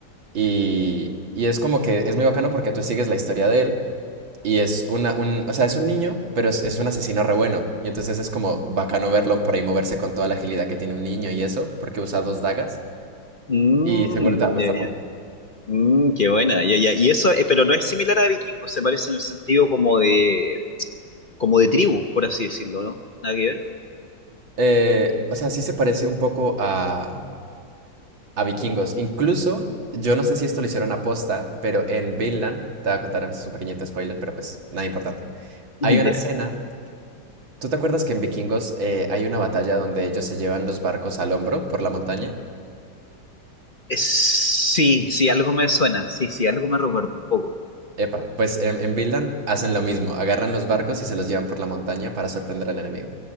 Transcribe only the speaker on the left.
Mm,
ya,
ya. Mm, qué buena, ya, ya. Y eso, eh, pero no es similar a Vikingos, se parece en el sentido como de, como de tribu, por así decirlo, ¿no? Nada que ver.
<laughs>
Mm,
Ya.
Es- sí, sí, algo me suena, sí, sí, algo me recuerda un poco.